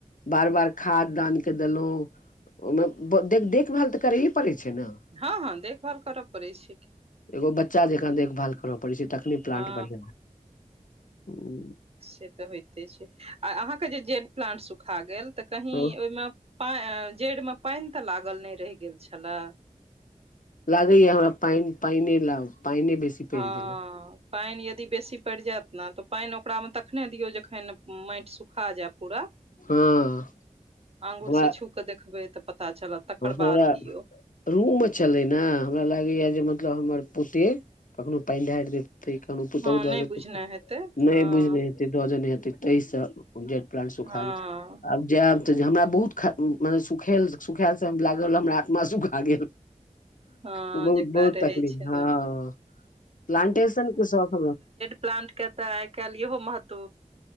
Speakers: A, on the left (about 70°); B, on the right (about 45°).
A: बार बार खाद आन कऽ देलहुँ ओहिमे देख देखभाल तऽ करैए पड़ै छै न
B: ह ह देखभाल करऽ पड़ै छै।
A: एगो बच्चा जेक देखभाल करऽ पड़े छै तखनी प्लाट
B: हँ
A: बनबे। ह
B: से तऽ होइते छै आ अहाँकेँ जेड प्लाट सुखा गेल तऽ कही
A: हँ
B: ओहिमे जड़ि मे पानि तऽ लागल नहि रहि गेल छलए।
A: लागैया हमरा पान पानि लाउ पानि बेसी पड़ि
B: ह
A: गेलै
B: पानि यदि बेसी पड़ि जायत ने तऽ पानि ओकरामे तखने दियौ जखन माटि सुखा जाय पूरा।
A: हँ
B: आगुर
A: हमरा
B: से छू कऽ देखबै तऽ पता चलत तकर
A: हमरा
B: बाद दियौ।
A: रूम मे चले ने हमरा लागे या जे मतलब हमर पोते कखनो पानि ढारि दे। तै क पता
B: हँ
A: द
B: नहि बुझने हेतै
A: नहि
B: हँ
A: बूझ नहि दजने हेतै ताहि से जेड प्लान्त सुखा
B: हँ
A: गेल आब जायब त जे हमरा बहुत मने सुख सुखायलसँ लागल हमरा आत्मा सुखा गेल।
B: हँ
A: बहुत
B: जेकरा
A: बहुत
B: रहै
A: तकलीफ
B: छै
A: हँ
B: ने
A: प्लाटेशन क शौख
B: प्लान्ट के तऽ आइ काल्हि इहो महत्व